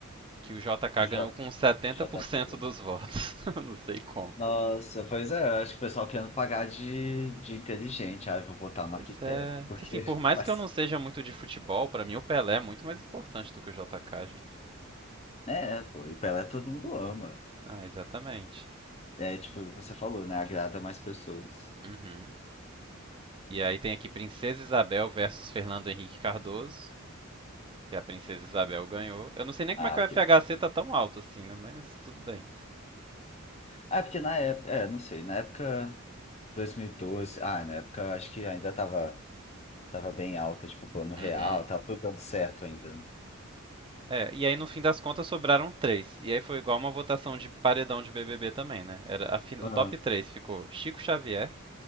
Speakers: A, on the right (about 25°); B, on the left (about 30°).
A: Que o JK
B: Já,
A: ganhou com 70%
B: já tá cagando.
A: dos votos. <laughs> não sei como.
B: Nossa, pois é, eu acho que o pessoal querendo pagar de, de inteligente. Ah, eu vou votar
A: Pois
B: no arquiteto,
A: é.
B: porque.
A: Que assim, por mais
B: <laughs> Mas,
A: que eu não seja muito de futebol, pra mim o Pelé é muito mais importante do que o JK, gente.
B: é, pô, e Pelé todo mundo ama.
A: Ah, exatamente.
B: É, tipo, você falou, né? Agrada mais pessoas.
A: Uhum. E aí tem aqui Princesa Isabel versus Fernando Henrique Cardoso, que a Princesa Isabel ganhou. Eu não sei nem como
B: Ah,
A: é que o FHC
B: que
A: tá tão alto assim, né? Mas tudo bem.
B: É porque na época, é, não sei, na época 2012, ah, na época acho que ainda tava, tava bem alta, tipo, o plano real,
A: Uhum.
B: tava tudo dando certo ainda, né?
A: É, e aí no fim das contas sobraram três. E aí foi igual uma votação de paredão de BBB também, né? Era a fin- o
B: Ah,
A: top 3 ficou Chico Xavier,